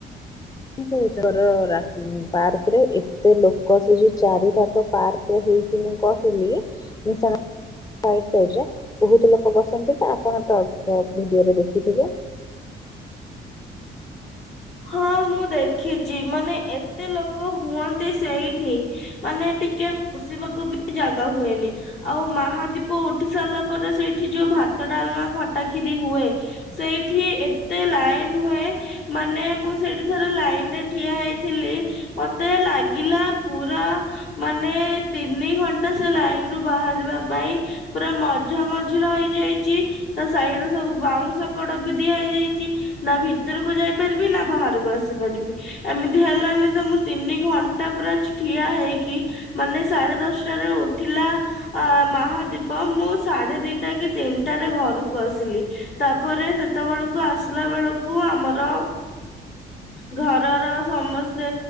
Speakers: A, on the left; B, on the left.
A: କାଇଁ କହୁଚ ର ପାର୍କ ରେ ଏତେ ଲୋକ ସେ ଯଉ ଚାରି ପାଖ ପାର୍କ ଯଉ ହଉଚି ମୁଁ କହିଲି ମିଶାଣ ସାଇଡ଼ ସାଇଡ ରେ ବହୁତ ଲୋକ ବସନ୍ତି ତ ଆପଣ ତ ଭିଡିଓରେ ଦେଖିଥିବେ
B: ହଁ ମୁଁ ଦେଖିଚି ମାନେ ଏତେ ଲୋକ ହୁଅନ୍ତି ସେଇଠି ମାନେ ଟିକେ ବସିବାକୁ ବି ଜାଗା ହୁଏନି। ଆଉ ମାହାଦୀପ ଉଠି ସାରିଲା ପରେ ସେଇଠି ଯୋଉ ଭାତ ଡାଲମା ଖଟାଖିରି ହୁଏ ସେଇଠି ଏତେ ଲାଇନ ହୁଏ ମାନେ ମୁଁ ସେଇଠି ଥରେ ଲାଇନ ରେ ଠିଆ ହେଇଥିଲି ମତେ ଲାଗିଲା ପୁରା ମାନେ ଏ ତିନି ଘଣ୍ଟା ସେ ଲାଇନ ରୁ ବାହାରିବା ପାଇଁ ପୁରା ମଝା ମଝି ରହିଯାଇଚି ତା ସାଇଡ ର ସବୁ ବାଉଁଶ କଡ ବି ଦିଆ ହେଇଯାଇଛି ନା ଭିତରକୁ ଯାଇ ପା ପାରିବି ନା ବାହାରକୁ ଆସିପାରିବି ଏମିତି ହେଲାନି ତ ମୁଁ ତିନି ଘଣ୍ଟା ପୁରା ଛି ଠିଆ ହେଇକି ମାନେ ସାଢେ ଦଶଟାରୁ ଉଠିଲା ଆ ମହାଦୀପ ମୁଁ ସାଢେ ଦିଟା କି ତିନିଟରେ ଘରକୁ ଆସିଲି। ତାପରେ ସେତେବେଳକୁ ଆସିଲା ବେଳକୁ ଆମର ଘରର ସମସ୍ତେ